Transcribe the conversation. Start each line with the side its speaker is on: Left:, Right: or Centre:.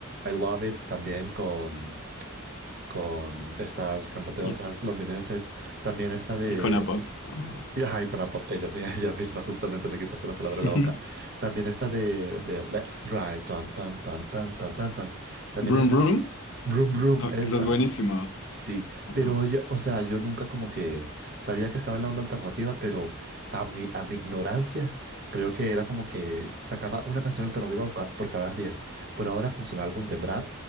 Right: I Love It también con, con estas cantantes
Left: y,
Right: otras londinenses. También esta de...
Left: y Con A Pop, ajá.
Right: y, Ajá, y con la pop, ellos, mi- <laughs> ellos mismos justamente me quitaste la palabra de
Left: <laughs>
Right: la boca. También esta de, de Let's Drive, tan, tan, tan, tan, tan, tan, tan. También
Left: Vroom
Right: esa,
Left: Vroom,
Right: Broom Broom,
Left: ah,
Right: esa.
Left: esa es buenísima,
Right: Sí,
Left: ajá,
Right: pero oye, o sea, yo nunca como que sabía que estaba en la onda alternativa, pero a mi, a mi ignorancia creo que era como que sacaba una canción alternativa por ca- por cada 10. Pero ahora con su álbum de Brad,